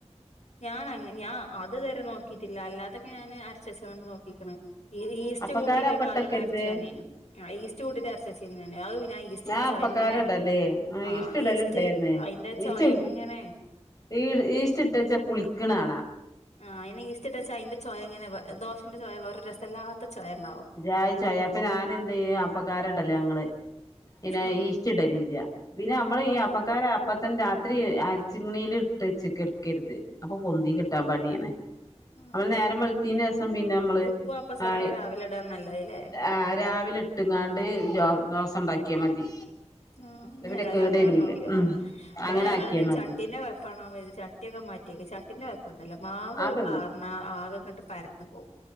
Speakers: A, on the left; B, on the left.
A: ഞാൻ അങ്ങനെ ഞാൻ അത് വരെ നോക്കീട്ടില്ല. അല്ലാത്തൊക്കെ ഞാന് അരച്ചച്ച്ങ്ങാണ്ട് നോക്കീക്ക്ണ്. ഈ യീസ്റ്റ്
B: അപ്പക്കാര
A: കൂട്ടീട്ടൊക്കെ
B: അപ്പട്ടക്കരുത്
A: ആദ്യം നൊര്ച്ചു വന്നീനു. ആ യീസ്റ്റ് കൂട്ടീട്ട് അര്ച്ചെച്ചീന്നു ഞാന് അഅ് പിന്നെ യീസ്റ്റ്ന്റെ
B: ഞാൻ
A: ചൊയ
B: അപ്പക്കാര
A: ഇങ്ങനെ
B: ഇടല്ലേ ആ
A: ആഹ്
B: യീസ്റ്റ് ഇടല്
A: ഈസ്റ്റ്
B: ഇണ്ടായിരുന്നേ
A: അയിന്റെ
B: യീസ്റ്റ്
A: ചൊയ ഇങ്ങനെ
B: ഈ യീസ്റ്റ് ഇട്ട് വെച്ച പുളിക്ക്ണാണാ
A: ആഹ് അയ്ന് യീസ്റ്റ് ഇട്ട് വെച്ച അതിന്റെ ചൊയങ്ങനെ ദോശന്റെ ചൊയ വെറെ രസല്ലാത്ത ചൊയ ഇണ്ടാവും
B: ഒരു ജായി ചൊയ അപ്പൊ ഞാന് എന്തിയ്യും അപ്പക്കാരടല ഞങ്ങള് പിന്നെ
A: ആഹ്
B: യീസ്റ്റ് ഇടലില്ല പിന്നെ അമ്മള് ഈ അപ്പക്കാരം അപ്പത്തന്നെ രാത്രി അരച്ചിങ്ങ്ണീൽ ഇട്ട് വെച്ച് കിടക്കരുത് അപ്പൊ പൊന്തി കിട്ടാൻ പണിയാണ്
A: ആഹ്
B: നമ്മള് നേരം വെളുത്തീന്റേഷം പിന്നെ അമ്മള്
A: ഉപ്പും അപ്പസോടൊക്കെ
B: അ
A: രാവിലെ ഇടാൻ നല്ലതല്ലേ
B: ആഹ് രാവിലെ ഇട്ട്ങ്ങാണ്ട് ദോസ ഇണ്ടാക്കിയാ മതി
A: ആഹ് ഇഞ്ഞി
B: പിന്നെ
A: ഏതായാലും
B: കേട്
A: അങ്ങനെ
B: വരൂല
A: നോക്കിയോക്കണം
B: ഉം
A: ഇബടെ
B: അങ്ങനെ
A: ഞങ്ങള്
B: ആക്കിയാ മതി
A: ചട്ടീന്റെ കൊഴപ്പാണോ കര്തി ചട്ടിയൊക്കെ മാറ്റി മാറ്റിയോക്കി ചട്ടിന്റെ കൊഴപ്പംന്നും അല്ല മാവ്
B: അതൊള്ളു
A: പാർന്ന ആകെങ്ങട്ട് പരന്നു പോകും